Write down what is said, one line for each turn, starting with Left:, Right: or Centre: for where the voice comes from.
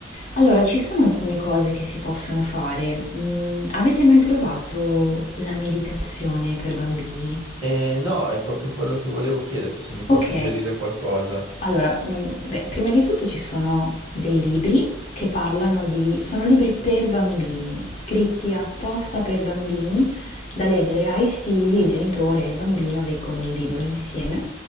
Left: Allora, ci sono alcune cose che si possono fare. Mm, avete mai provato la meditazione per bambini?
Right: E no, è proprio quello che volevo chiederti, se mi puoi
Left: Ok,
Right: suggerire qualcosa.
Left: allora, mh, beh, prima di tutto ci sono dei libri che parlano di... sono libri per bambini, scritti apposta per bambini, da leggere ai figli, il genitore e il bambino leggono il libro insieme.